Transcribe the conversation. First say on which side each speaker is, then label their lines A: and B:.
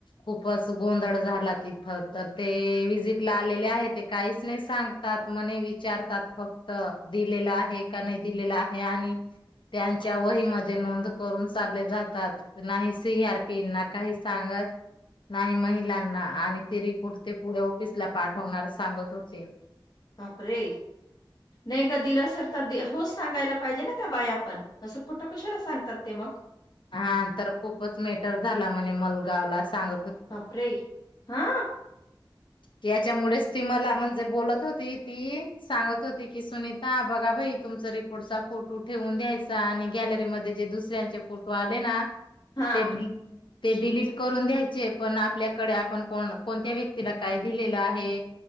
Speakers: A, on the left; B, on the left.
A: खूपच गोंधळ झाला. तिथ तर ते विजिट ला आलेले आहे, ते काहीच नाही सांगतात म विचारतात फक्त दिलेला आहे का, नाही दिलेला आहे आणि त्यांच्या वहीमध्ये दिलेलं आहे का,? नाही दिलेलं आहे आणि त्यांच्या वहीमध्ये नोंद करून चालले जातात नाही सी आरपीना काही सांगत नाही महिलांना आणि ते रिपोर्ट ते पुढे ऑफिसला पाठवणार सांगत होते.
B: बापरे. नाही ग दिलं असेल, तर होच सांगायला पाहिजे ना, त्या बाई आपण तसं खोटं कशाल अस- सांगतात ते मग-
A: हा तर खूपच मेटर झाला म्हणे, मलगावला सांग-
B: बापरे, हा.
A: त्या- त्याच्यामुळेच ती मला म्हणजे बोलत होती ती सांगत होती की, सुनीता बघा भाई तुमचा रिपोर्टचा फोटो ठेवून द्यायचा आणि गॅलरीमध्ये जे दुसऱ्यांचे- फोटो आले ना
B: हा
A: ते- ते डिलीट करून द्यायचे, पण आपल्याकडे आपण को कोणत्या व्यक्तीला काय दिलेलं आहे-